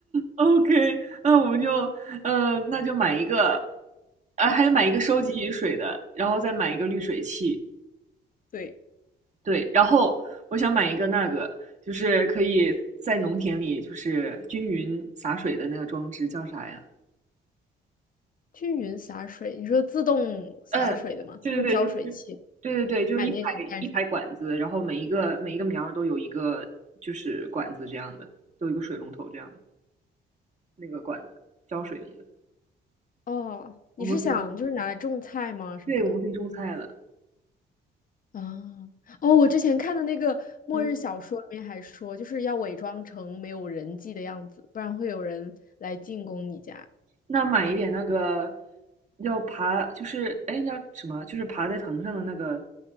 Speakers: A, on the right (about 35°); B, on the left (about 45°).
A: OK，那我们就呃，那就买一个，呃，还得买一个收集雨水的，然后再买一个滤水器。
B: 对。
A: 对，然后我想买一个那个，就是可以在农田里就是均匀洒水的那个装置，叫啥呀？
B: 均匀洒水，你说自动洒水的吗？
A: 嗯，
B: 自动浇水器，
A: 对对对，就。对对对，就是一排一排管子，
B: 买那个干啥？
A: 然后每一个每一个苗儿都有一个就是管子这样的，都有一个水龙头这样的那个管子，浇水用的。
B: 哦，你是想就是拿来种菜吗？
A: 我们可以，
B: 什么的？
A: 对，我们可以种菜了。
B: 啊，哦，我之前看的那个末日小说里面还说，
A: 嗯，
B: 就是要伪装成没有人迹的样子，不然会有人来进攻你家。
A: 那买一点那个要爬，就是哎要什么？就是爬在藤上的那个，